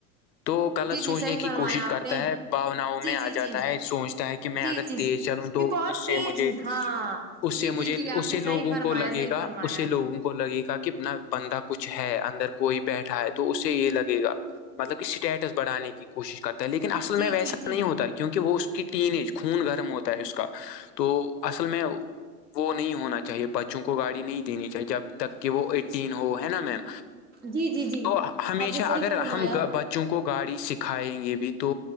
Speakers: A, on the left; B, on the right.
A: تو غلط
B: جی
A: سوچنے
B: جی صحیح
A: کی
B: فرمایا
A: کوشش
B: آپ
A: کرتا
B: نے
A: ہے باناؤں میں
B: جی
A: آ
B: جی
A: جاتا
B: جی
A: ہے سوچ ہے کہ میں
B: جی
A: اگر
B: جی
A: تیز چلوں تو
B: یہ بہت
A: اس سے
B: تیز
A: مجھے
B: ہاں
A: اس سے
B: جی
A: مجھے
B: جی جی
A: اس
B: آپ
A: اس
B: نے
A: سے لوگوں
B: صحیح فرمایا
A: کو لگے
B: صحیح
A: گا
B: فرمایا
A: اسے لوگوں کو لگے گا کہ نہ بندہ کچھ ہے اندر کوئی بیٹھا ہے تو اس سے یہ لگے گا مطلب کہ اسٹیٹس بڑھانے کی کوشش کرتا ہے لیکن اصل
B: جی
A: میں ویسا
B: جی جی
A: نہیں ہوتا ہے کیونکہ وہ اس کہ ین ایج خون گرم ہوتا ہے اس کا تو اصل میں وہ نہیں ہونا چاہیے بچوں کو گاڑی نہیں دینی چاہیے جب تک کہ وہ ایٹین ہو ہے نا میم
B: جی جی جی
A: تو ہمیشہ
B: آپ نے صحیح
A: اگر
B: فرمایا
A: ہم بچ بچوں کو گاڑی سکھائیں گے بھی تو